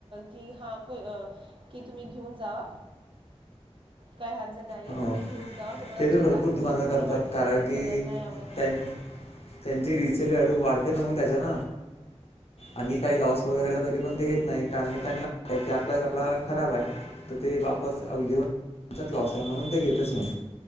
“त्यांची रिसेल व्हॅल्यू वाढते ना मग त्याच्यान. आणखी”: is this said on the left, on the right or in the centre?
Left